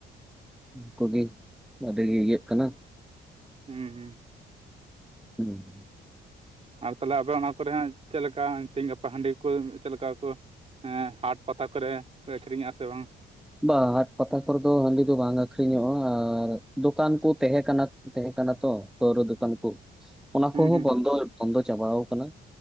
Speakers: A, in the centre; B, on the right.
A: ᱠᱚᱜᱤ ᱟᱹᱰᱤ ᱜᱮ ᱤᱭᱟᱹᱜ ᱠᱟᱱᱟ᱾
B: ᱦᱩᱸ ᱦᱩᱸ᱾
A: ᱦᱩᱸ᱾
B: ᱟᱨ ᱛᱟᱞᱦᱮ ᱟᱵᱮ ᱚᱱᱟ ᱠᱚᱨᱮ ᱦᱟᱸᱜ ᱪᱮᱫ ᱞᱮᱠᱟ ᱛᱮᱦᱮᱧ ᱜᱟᱯᱟ ᱦᱟᱺᱰᱤ ᱠᱚ ᱪᱮᱫ ᱞᱮᱠᱟ ᱠᱚ ᱦᱮᱸ ᱦᱟᱴ ᱯᱟᱛᱟ ᱠᱚᱨᱮ ᱯᱮ ᱟᱹᱠᱷᱨᱤᱧᱮᱜᱼᱟ ᱥᱮ ᱵᱟᱝ?
A: ᱵᱟ ᱦᱟᱴ ᱯᱟᱛᱟ ᱠᱚᱨᱮ ᱫᱚ ᱦᱟᱺᱰᱤ ᱫᱚ ᱵᱟᱝ ᱟᱠᱷᱨᱤᱧᱚᱜᱼᱟ ᱟᱨ ᱫᱚᱠᱟᱱ ᱠᱚ ᱛᱟᱦᱮᱸ ᱠᱟᱱᱟ᱾ ᱛᱟᱦᱮᱸ ᱠᱟᱱᱟ ᱛᱚ ᱯᱟᱹᱣᱨᱟᱹ ᱫᱚᱠᱟᱱ ᱠᱩ ᱚᱱᱟ
B: ᱦᱩᱸ
A: ᱠᱚᱦᱚᱸ ᱵᱚᱱᱫᱚ-ᱵᱚᱱᱫᱚ ᱪᱟᱵᱟᱣ ᱠᱟᱱᱟ᱾